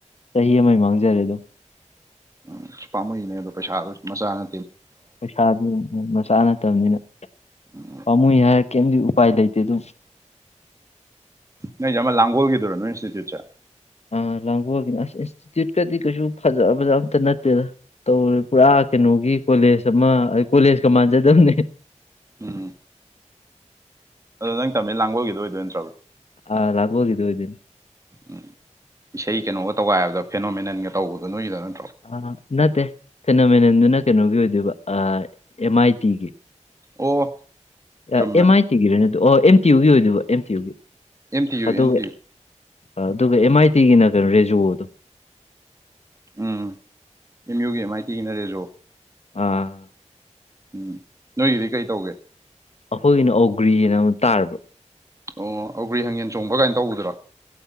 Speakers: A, on the left (about 60°); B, on the right (about 25°).
A: ꯆꯍꯤ ꯑꯃꯒꯤ ꯃꯥꯡꯖꯔꯦꯗꯨꯝ
B: ꯎꯝ ꯄꯥꯝꯃꯨꯏꯅꯦ ꯑꯗꯣ ꯄꯩꯁꯥꯗꯨ ꯃꯆꯥꯅ
A: ꯄꯩꯁꯥꯗꯨ ꯃꯆꯥ ꯅꯠꯇꯕꯅꯤꯅ
B: ꯎꯝ
A: ꯄꯥꯝꯃꯨꯏ ꯍꯥꯏꯔ ꯀꯩꯝꯗꯤ ꯎ ꯎꯄꯥꯏ ꯂꯩꯇꯦ ꯑꯗꯨꯝ
B: ꯅꯣꯏꯖꯦ ꯑꯃ ꯂꯥꯡꯒꯣꯜꯒꯤꯗꯨꯔꯣ ꯅꯣꯏ ꯏꯟꯁꯇꯤꯇ꯭ꯨꯠꯁꯦ
A: ꯑ ꯂꯥꯡꯒꯣꯜꯒꯤꯅ ꯑꯁ ꯏꯟꯁꯇꯤꯇ꯭ꯌꯨꯠꯀꯗꯤ ꯀꯩꯁꯨ ꯐꯖ ꯐꯖ ꯑꯝꯇ ꯅꯠꯇꯦꯗ ꯇꯧꯔ ꯄꯨꯔꯥ ꯀꯩꯅꯣꯒꯤ ꯀꯣꯂꯦꯖ ꯑꯃ ꯑ ꯀꯣꯂꯦꯖꯀ ꯃꯥꯟꯖꯗꯕꯅꯦ
B: ꯎꯝ ꯑꯗ ꯅꯪ ꯇꯃꯦꯜ ꯂꯥꯡꯒꯣꯜꯒꯤꯗꯣ ꯑꯣꯏꯗꯣꯏ ꯅꯠꯇ꯭ꯔꯕ
A: ꯑ ꯂꯥꯡꯒꯣꯜꯒꯤꯗꯣ ꯑꯣꯏꯗꯣꯏꯅꯦ
B: ꯎꯝ ꯏꯁꯩ ꯀꯩꯅꯣꯒ ꯇꯧꯒꯥꯏꯕꯗꯣ ꯐꯦꯅꯣꯃꯦꯅꯟꯒ ꯇꯧꯕꯗꯣ ꯅꯣꯏꯒꯤꯗ ꯅ
A: ꯑ ꯅꯠꯇꯦ ꯐꯦꯅꯣꯃꯦꯅꯟꯗꯨꯅ ꯀꯩꯅꯣꯒꯤ ꯑꯣꯏꯗꯣꯏꯕ ꯑꯦꯝ ꯑꯥꯏ ꯇꯤꯒꯤ
B: ꯑꯣ ꯆꯨꯝꯃꯦ
A: ꯑꯦꯝ ꯑꯥꯏ ꯇꯤꯒꯤꯔꯅꯦ ꯑꯗꯨ ꯑꯣ ꯑꯦꯝ ꯇꯤ ꯌꯨꯒꯤ ꯑꯣꯏꯗꯕ ꯑꯦꯝ ꯇꯤ ꯌꯨꯒꯤ
B: ꯑꯦꯝꯇꯤ ꯌꯨ
A: ꯑꯗꯨꯒ
B: ꯑꯦꯝꯇꯤ ꯌꯨ
A: ꯑꯗꯨꯒ ꯑꯦꯝ ꯑꯥꯏ ꯇꯤꯒꯤꯅ ꯀꯩꯅꯣ ꯔꯦꯖꯣꯗꯣ
B: ꯎꯝ ꯑꯦꯝ ꯌꯨꯒꯤ ꯃꯥꯏꯇꯤꯒꯤꯅ ꯔꯦꯖꯣ
A: ꯑꯥ
B: ꯎꯝ ꯅꯣꯏꯒꯤꯗꯤ ꯀꯩ ꯇꯧꯒꯦ
A: ꯑꯩꯈꯣꯏꯒꯤꯅ ꯑꯧꯒ꯭ꯔꯤꯅ ꯑꯃ ꯇꯥꯔꯕ
B: ꯑꯣ ꯑꯩꯒ꯭ꯔꯤ ꯍꯪꯒꯦꯟ ꯆꯣꯡꯕ ꯀꯥꯏꯅ ꯇꯩꯕꯗꯨꯔꯣ